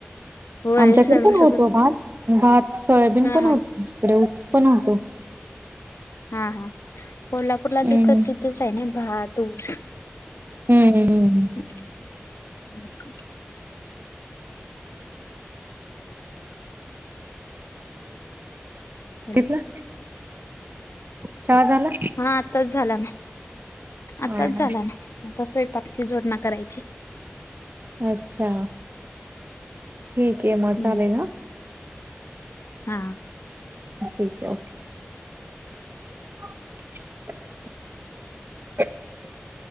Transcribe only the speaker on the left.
होय
सर्व
सगळं
हा
हा
हा हा, कोल्हापूरला
ते प्रसिद्धच आहे ना भातूस.
<unintelligible> हॅलो
हा आताच झाला ना, आताच
झाला ना. आता स्वंपाकची जुळना करायची.
हम्म
हा